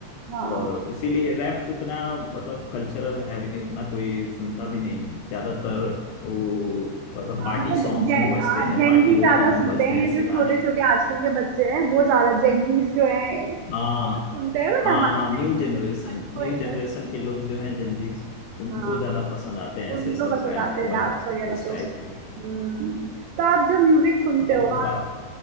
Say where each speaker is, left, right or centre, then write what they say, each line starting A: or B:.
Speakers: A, on the right; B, on the left.
A: हाँ,
B: और इसीलिए रैप उतना मतलब कल्चरल है भी नहीं उतना कोई सुनता भी नहीं है ज्यादातर वो मतलब
A: हाँ,
B: पार्टी
A: मतलब
B: सॉन्ग्स
A: जेन
B: में बजते
A: हाँ,
B: हैं
A: जेन
B: पार्टी
A: ज़ी
B: वोटी
A: ज़्यादा
B: में
A: सुनते
B: बजते
A: हैं,
B: हैं
A: ये
B: ऐसे
A: जो
B: गाने
A: छोटे-छोटे आजकल के बच्चे हैं, वो ज़्यादा जेन ज़ीज़ जो हैं, ये
B: हाँ
A: तो सुनते हैं बट
B: हाँ
A: हमारे
B: हाँ
A: टाइम
B: न्यू जनरेशन
A: पे मिलेनियल्स को
B: न्यू
A: इंटरेस्ट
B: जनरेशन
A: नहीं
B: के
A: था।
B: लोग जो हैं जेंजीज उनको
A: हाँ,
B: ज्यादा पसंद आते हैं ऐसे
A: उन्हीं
B: सब
A: को पसंद
B: रैप
A: आते हैं
B: वैप
A: रैप्स वगैरह
B: इस
A: तो
B: टाइप
A: हम्म
B: के
A: तो आप जो म्यूजिक सुनते
B: और
A: हो
B: बात
A: आप